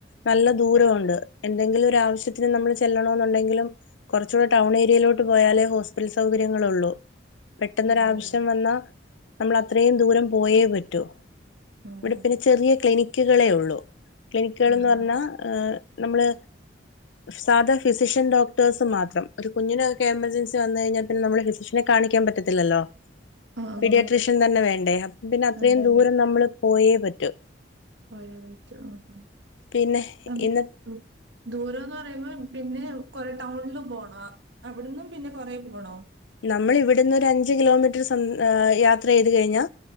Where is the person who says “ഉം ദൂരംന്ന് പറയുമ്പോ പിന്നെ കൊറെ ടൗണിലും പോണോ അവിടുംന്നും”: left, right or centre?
Right